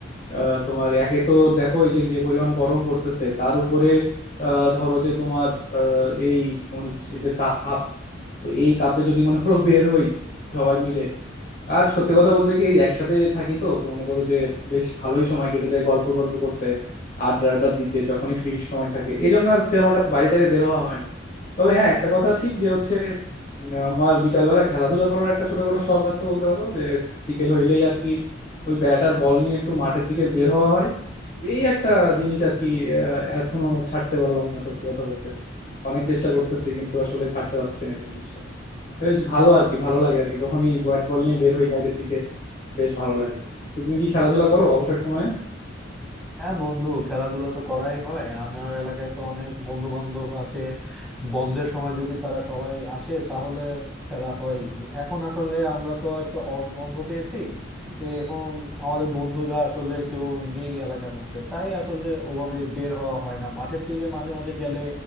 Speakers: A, on the left (about 50°); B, in the centre.
A: আহ, তোমার একে তো দেখো এই যে যে পরিমাণ গরম পড়তেছে তার উপরে আহ, ধরো যে তোমার আহ, এই তোমার এই যে তাপ তো এই তাপে যদি মনে করো বের হই সবাই মিলে আর সত্যি কথা বলতে কি এই একসাথে থাকি তো তো মনে করো যে বেশ ভালোই সময় কেটে যায় গল্প গল্প করতে আড্ডা আড্ডা দিতে যখনই ফ্রি সময় থাকে এই জন্য আর সেরকম একটা বাইরে টাইরে বের হওয়া হয় না তবে হ্যাঁ একটা কথা ঠিক যে হচ্ছে উম, আমার বিকালবেলা খেলাধুলা করার একটা ছোটখাটো শখ আছে বলতে পারো যে বিকেল হইলেই আর কি ওই ব্যাট আর বল নিয়ে একটু মাঠের দিকে বের হওয়া হয় এই একটা জিনিস আর কি আহ, এখনো ছাড়তে পারলাম না সত্যি কথা বলতে অনেক চেষ্টা করতেছি কিন্তু আসলে ছাড়তে পারছি না জিনিসটা বেশ ভালো আর কি ভালো লাগে আর কি যখনই ব্যাট বল নিয়ে বের হই বাইরের দিকে বেশ ভালো লাগে তুমি কি খেলাধুলা করো অবসর সময়ে
B: হ্যাঁ বন্ধু খেলাধুলা তো করাই হয় আমার এলাকায় তো অনেক বন্ধু বান্ধব আছে বন্ধের সময় যদি তারা সবাই আসে তাহলে খেলা হয় এখন আসলে আমরা তো একটা অড বন্ধ পেয়েছি এ এখন আমাদের বন্ধুরা আসলে কেউ নেই এলাকার মধ্যে তাই আসলে ওভাবে বের হওয়া হয় না মাঠের দিকে মাঝে মাঝে গেলে